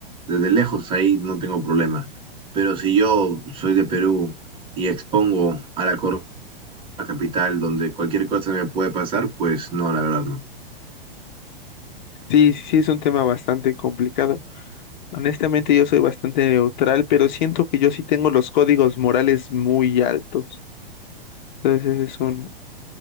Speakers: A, on the right (about 15°); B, on the left (about 50°).
A: desde lejos, ahí no tengo problema. Pero si yo soy de Perú y expongo a la Corona Capital donde cualquier cosa me puede pasar, pues no, la verdad no.
B: Sí, sí, sí, es un tema bastante complicado. Honestamente, yo soy bastante neutral, pero siento que yo sí tengo los códigos morales muy altos. Entonces, ese es un,